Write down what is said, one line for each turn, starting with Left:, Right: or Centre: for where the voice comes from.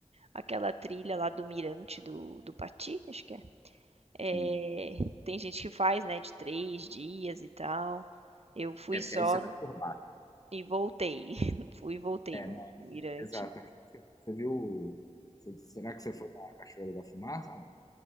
Right: aquela trilha lá do Mirante do do Pati, acho que é.
Left: sim.
Right: É, tem gente que faz, né, de três dias e tal. Eu fui
Left: É, porque
Right: só
Left: aí você vai por
Right: e voltei. <laughs> Fui e voltei
Left: É,
Right: no
Left: não,
Right: Mirante.
Left: exato. Você, você viu. você- será que você foi na Cachoeira da Fumaça ou não?